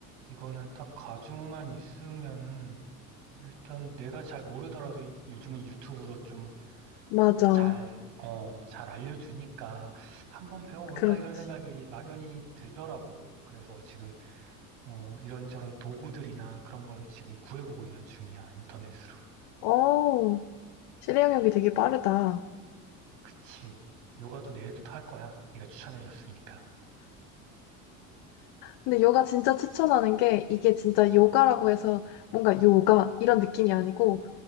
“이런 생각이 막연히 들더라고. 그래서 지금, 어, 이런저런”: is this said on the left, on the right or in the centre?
Right